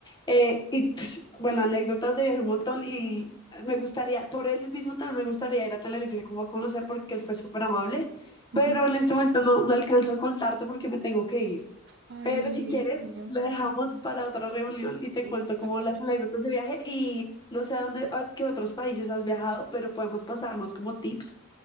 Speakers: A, on the left; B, on the right.
A: Eh, y pues, bueno, anécdotas de viaje un montón y me gustaría, por él mismo también me gustaría ir a Tenerife como a conocer porque él fue súper amable,
B: Ujú.
A: pero en este momento no, no alcanzo a contarte porque me tengo que ir.
B: Ay,
A: Pero
B: amiga,
A: si quieres,
B: sí, em-
A: la dejamos para otra reunión y te
B: sí,
A: cuento
B: claro.
A: como las anécdotas de viaje y no sé a dónde, a qué otros países has viajado, pero podemos pasarnos como tips